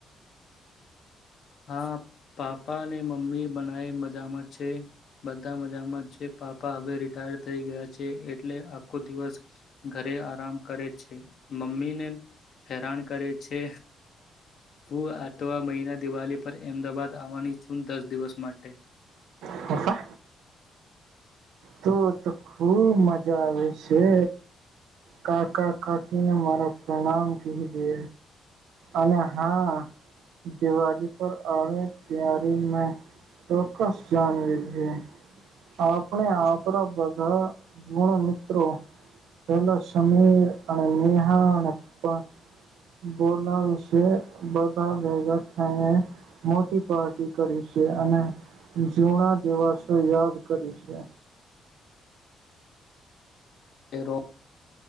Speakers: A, on the left; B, on the right.
A: હા. પાપા મમ્મી બનાઈ મા મજ છે, બધા મજામ છે, પાપા હવે રિટાયર થઈ ગયા છે, એટલે આખો દિવસ ઘરે આરામ કરે છે, મમ્મીને હેરાન કરે છે. હું આટવા મહિના દિવાળી પર અમદાવાાદ આવવાની છૂન દસ દિવસ માટે.
B: પપા તો તો ખુબ મજા આવે છે. કાકા કાકીને મારા પ્રણામ કે જે, અને હા દિવાળી પર આવે, ત્યારે મે ચોક્કસ જાણવી છે, આપણે આપણા બધા ગુણ મિત્રો પેલા સમીર અને નેહા પણ બોલાવિશ, બધા ભેગા થઈને મોટી પાર્ટી કરી છે અને જૂના દિવસો યાદ કરી છે.
A: એરો